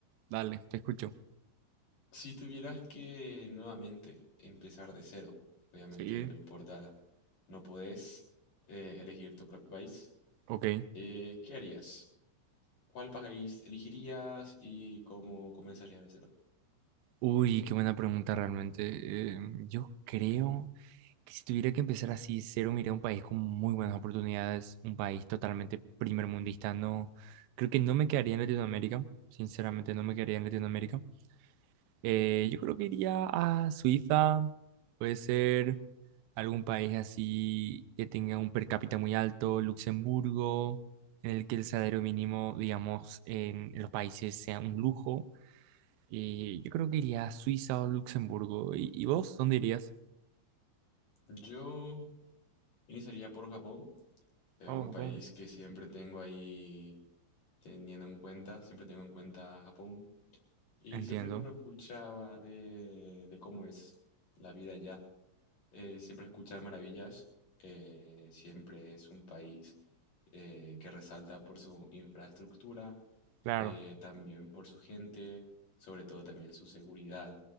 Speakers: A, on the right (about 80°); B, on the left (about 35°).
A: Dale, te escucho.
B: Si tuvieras que nuevamente empezar de cero, obviamente
A: Sí,
B: no importa, no podés eh, elegir tu propio país,
A: Ok.
B: eh, ¿qué harías? ¿Cuál país elegirías y cómo comenzarías de cero?
A: Uy, qué buena pregunta realmente. Eh, yo creo que si tuviera que empezar así cero, miré un país con muy buenas oportunidades, un país totalmente primermundista. No, creo que no me quedaría en Latinoamérica, sinceramente no me quedaría en Latinoamérica. Eh, yo creo que iría a Suiza, puede ser algún país así que tenga un per cápita muy alto, Luxemburgo, en el que el salario mínimo, digamos, en en los países sea un lujo y yo creo que iría a Suiza o Luxemburgo. ¿Y, y vos dónde irías?
B: Yo Iniciaría por Japón, eh,
A: Oh,
B: un
A: Japón.
B: país que siempre tengo ahí teniendo en cuenta, siempre tengo en cuenta Japón. Y
A: Entiendo,
B: siempre que uno escuchaba de, de cómo es la vida allá, eh, siempre escuchaba maravillas. eh, siempre es un país eh, que resalta por su infraestructura,
A: claro,
B: eh, también por su gente, sobre todo también su seguridad,